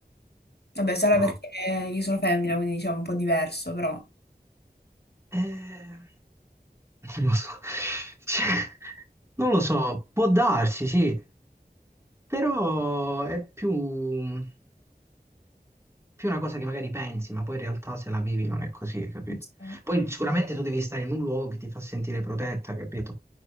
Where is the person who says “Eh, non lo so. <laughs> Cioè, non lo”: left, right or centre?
Right